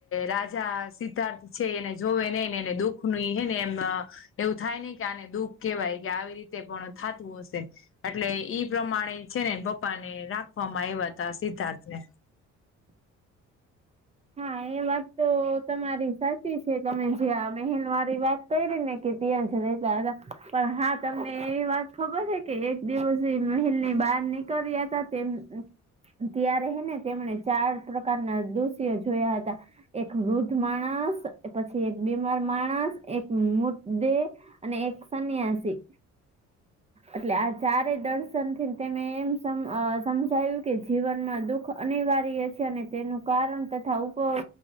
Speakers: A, on the left; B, on the right.
A: રાજા સિદ્ધાર્થ છે એને જોવે નહ ને એને દુઃખ નની હ ને એમના એવું થાય નહી કે આને દુઃખ કેવાય કે આવી રીતે પણ થતું હશે. એટલે ઈ પ્રમાણે છે ને પપ્પા ને રાખવામાં આવ્યા તા સિદ્ધાર્થ ને
B: હા, એ વાત તો તમારી સાચી છે તમે જ્યાં બહેન મારી વાત કૈરી કે ત્યાં જ રેતા હતા પણ હા તમને એ વાત ખબર છે કે એ દિવસે મહેલ ની બહાર નીકળ્યા હતા તેમ ત્યારે હે ને તેમણે ચાર પ્રકારના દોષીઓ જોયા હતા. એક વૃદ્ધ માણસ પછી એક બીમાર માણસ એક મૃતદેહ અને એક સન્યાસી. એટલે આ ચારેય દર્શન થી તેને એમ સમ અહ સમજાવ્યું કે જીવનમાં દુઃખ અનિવાર્ય છે અને તેનું કારણ તથા ઉપયોગ